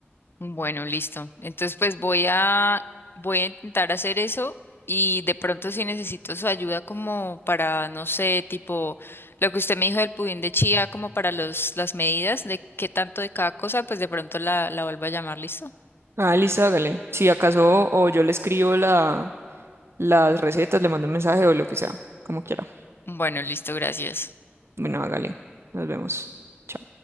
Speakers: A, on the left; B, on the right.
A: Bueno, listo. Entonces, pues voy a voy a intentar hacer eso y de pronto si necesito su ayuda como para, no sé, tipo lo que usted me dijo del pudín de chía, como para los las medidas de qué tanto de cada cosa, pues de pronto la la vuelvo a llamar, ¿listo?
B: Ah, listo, hágale. Si acaso o yo le escribo la, las recetas, le mando un mensaje o lo que sea, como quiera.
A: Bueno, listo, gracias.
B: Bueno, hágale. Nos vemos. Chao.